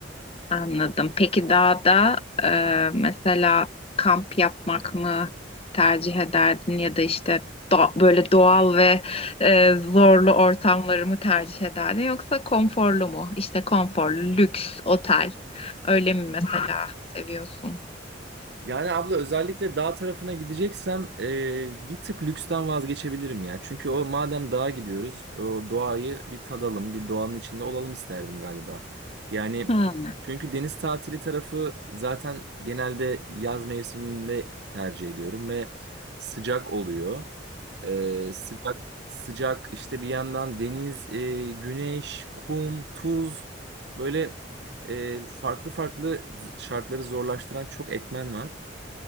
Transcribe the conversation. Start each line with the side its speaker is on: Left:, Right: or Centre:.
Left: anladım. Peki dağda e, mesela kamp yapmak mı tercih ederdin ya da işte do- böyle doğal ve e, zorlu ortamları mı tercih ederdin yoksa konforlu mu? İşte konforlu, lüks, otel öyle mi mesela seviyorsun?
Right: Yani abla özellikle dağ tarafına gideceksem e, bir tık lüksten vazgeçebilirim ya. Çünkü o madem dağa gidiyoruz o doğayı bir tadalım, bir doğanın içinde olalım isterdim galiba. Yani
Left: Hmm.
Right: çünkü deniz tatili tarafı zaten genelde yaz mevsiminde tercih ediyorum ve sıcak oluyor. E, sıcak sıcak işte bir yandan deniz, e, güneş, kum, tuz böyle e, farklı farklı şartları zorlaştıran çok etmen var.